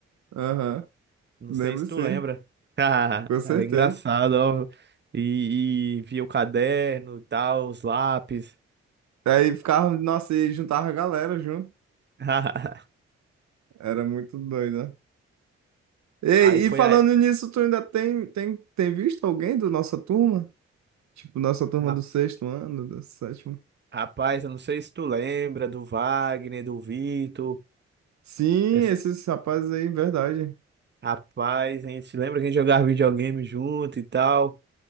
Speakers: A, on the right (about 65°); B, on the right (about 35°).
A: Aham.
B: Não
A: Lembro
B: sei se tu
A: sim,
B: lembra. <laughs>
A: com certeza.
B: Era engraçado, ó. E, e via o caderno, e tal, os lápis.
A: Aí ficava, nossa, e juntava a galera junto.
B: <laughs>
A: Era muito doido, né? E,
B: Aí foi
A: e falando
B: a,
A: nisso, tu ainda tem, tem, tem visto alguém da nossa turma? Tipo, nossa turma
B: ra-
A: do sexto ano, do sétimo.
B: rapaz, eu não sei se tu lembra do Wagner, do Vitor.
A: Sim,
B: Essa,
A: esses rapazes aí, verdade.
B: rapaz, a gente lembra que a gente jogava videogame junto e tal.